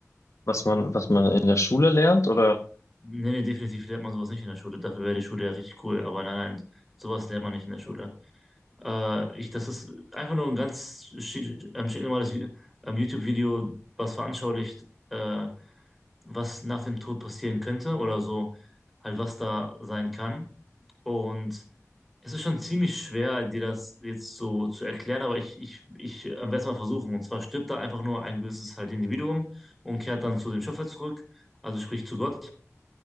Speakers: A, on the left (about 65°); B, in the centre.
A: was man, was man in der Schule lernt, oder?
B: Nee, nee, definitiv lernt man sowas nicht in der Schule. Dafür wäre die Schule ja richtig cool. Aber nein, nein, sowas lernt man nicht in der Schule. Äh, ich, das ist einfach nur ein ganz schi- ähm, stinknormales Vi- ähm, YouTube-Video, was veranschaulicht, äh, was nach dem Tod passieren könnte oder so, halt was da sein kann. Und es ist schon ziemlich schwer, dir das jetzt so zu erklären, aber ich, ich, ich äh, werde es mal versuchen. Und zwar stirbt da einfach nur ein gewisses halt Individuum und kehrt dann zu dem Schöpfer zurück, also sprich zu Gott.